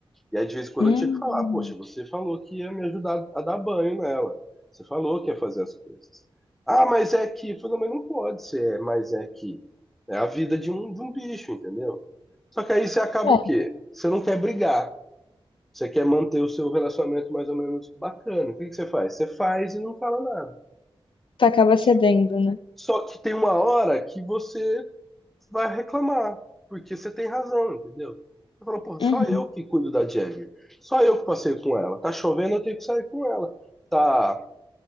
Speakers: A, in the centre; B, on the left.
A: E aí, de vez em quando,
B: Hum.
A: eu tinha que falar: Poxa, você falou que ia me ajudar a dar banho nela. Você falou que ia fazer as coisas. Ah, mas é que. Eu falei, não, mas não pode ser, mas é que. É a vida de um, de um bicho, entendeu? Só que aí você acaba
B: É,
A: o quê? Você não quer brigar. Você quer manter o seu relacionamento mais ou menos bacana. O que que você faz? Você faz e não fala nada.
B: tu acaba
A: Só,
B: cedendo, né?
A: só que tem uma hora que você vai reclamar, porque você tem razão, entendeu? Você fala, porra, só
B: Uhum.
A: eu que cuido da Jagger. Só eu que passei com ela. Tá chovendo, eu tenho que sair com ela. Tá,